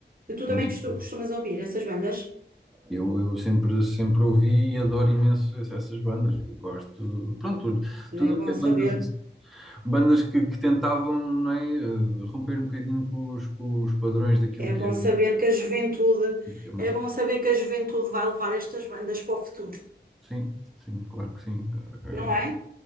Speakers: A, on the right; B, in the centre.
A: E tu também
B: música.
A: costu- costumas ouvir essas bandas?
B: Eu, eu sempre, sempre ouvi e adoro imenso essas bandas e gosto, pronto, tudo
A: É
B: tudo
A: bom
B: o que é
A: saber.
B: bandas, bandas que, que tentavam, não é, eh, romper um bocadinho com os, com os padrões daquilo
A: É
B: que
A: bom
B: era
A: saber que a juventude,
B: a música.
A: é bom saber que a juventude vai levar estas bandas para o futuro,
B: Sim, sim, claro que sim. Eh,
A: não é?